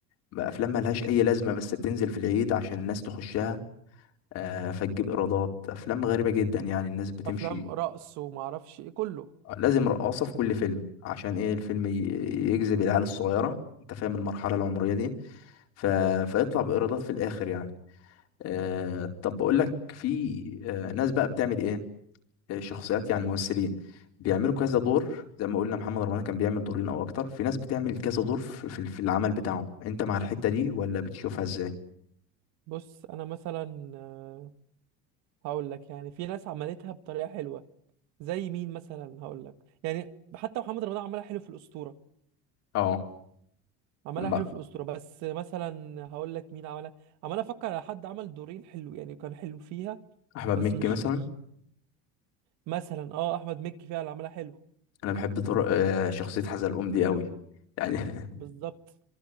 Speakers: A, on the left (about 55°); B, on the right (about 65°).
A: بقى افلام ملهاش اي لازمه بس بتنزل في العيد عشان الناس تخشها آه فتجيب ايرادات افلام غريبه جدا يعني الناس بتمشي
B: افلام رقص وما اعرفش ايه كله
A: آه، لازم رقاصه في كل فيلم عشان ايه الفيلم ي- يجذب العيال الصغيره انت فاهم المرحله العمريه دي ف... فيطلع بايرادات في الاخر يعني آه طب بقول لك في آه ناس بقى بتعمل ايه شخصيات يعني ممثلين بيعملوا كذا دور زي ما قلنا محمد رمضان كان بيعمل دورين او اكتر في ناس بتعمل كذا دور في في في العمل بتاعه انت مع الحتة دي ولا بتشوفها ازاي
B: بص انا مثلا آه، هقول لك يعني في ناس عملتها بطريقه حلوه زي مين مثلا هقول لك يعني حتى محمد رمضان عملها حلو في الاسطوره
A: اه
B: عملها
A: لما
B: حلو في الأسطورة بس مثلا هقول لك مين عملها عمال أفكر على حد عمل دورين حلو يعني كان حلو فيها
A: احمد
B: بس
A: مكي
B: مش
A: مثلا
B: مش مثلا اه أحمد مكي فيها اللي عملها حلو
A: انا بحب دور آه، شخصية حزلقوم دي قوي يعني <laughs>
B: بالظبط